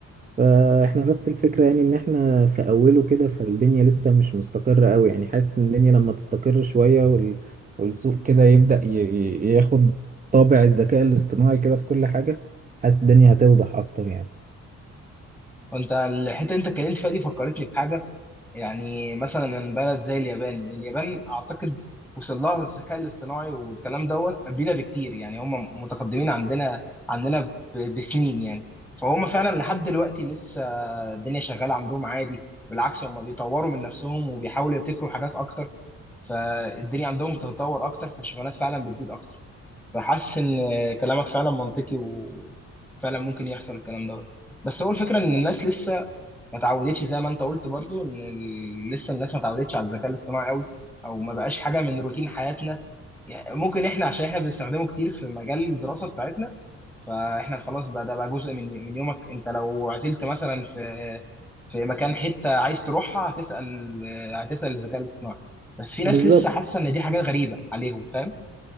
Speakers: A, on the right (about 25°); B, in the centre.
A: فاحنا بس الفكرة يعني ان احنا في اوله كده فالدنيا لسه مش مستقرة قوي يعني حاسس ان الدنيا لما تستقر شوية وال... والسوق كده يبدأ ي... ي- ياخد طابع الذكاء الاصطناعي كده في كل حاجة حاسس الدنيا هتوضح اكتر يعني
B: وانت الحته اللي انت اتكلمت فيها دي فكرتني بحاجه يعني مثلا من بلد زي اليابان اليابان اعتقد وصل لها الذكاء الاصطناعي والكلام دوت قبلنا بكتير يعني هم متقدمين عندنا عندنا ب- بسنين يعني فهم فعلا لحد دلوقتي لسه الدنيا شغاله عندهم عادي بالعكس هم بيطوروا من نفسهم وبيحاولوا يبتكروا حاجات اكتر فالدنيا عندهم بتتطور اكتر فالشغلانات فعلا بتزيد اكتر فحاسس ان كلامك فعلا منطقي وفعلا ممكن يحصل الكلام دوت بس هو الفكره ان الناس لسه ما تعودتش زي ما انت قلت برضو ان ال- لسه الناس ما تعودتش على الذكاء الاصطناعي قوي او ما بقاش حاجه من روتين حياتنا يعني ممكن احنا عشان احنا بنستخدمه كتير في مجال الدراسه بتاعتنا فاحنا خلاص بقى ده بقى جزء من من يومك انت لو عتلت مثلا في في مكان حته عايز تروحها هتسال هتسال الذكاء الاصطناعي بس في ناس
A: بالظبط
B: لسه حاسه ان دي حاجات غريبه عليهم فاهم